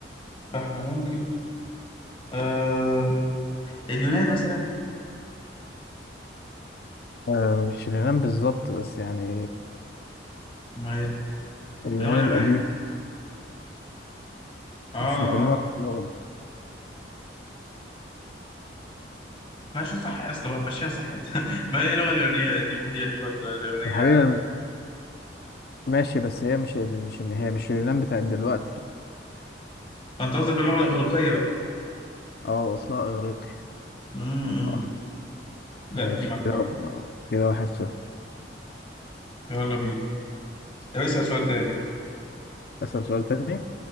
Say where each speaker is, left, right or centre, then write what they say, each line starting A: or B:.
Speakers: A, on the left; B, on the left.
A: فاحنا ممكن آه... اليونان مثلا
B: آه، مش اليونان بالظبط بس يعني
A: ما هي
B: اليونان
A: اللغة اليونانية
B: القديمة
A: اه
B: مش بكلمك
A: اه
B: عن اللغة
A: ماشي صح يا اسطى بقى ماشيها صح انت. <laughs> ما هي اللغة اليونانية دي ما هي اللغة اليونانية
B: يا حبيبي ماشي بس هي مش مش هي مش اليونان بتاعت دلوقتي
A: انت قصدك اللغة الإغريقية بقى
B: اه اصلها اغريقي
A: امم أمم.
B: صح
A: لا
B: ماشي
A: في دي معاك
B: كده بقى- كده واحد صفر
A: يلا بينا طب اسأل سؤال تاني
B: اسأل سؤال تاني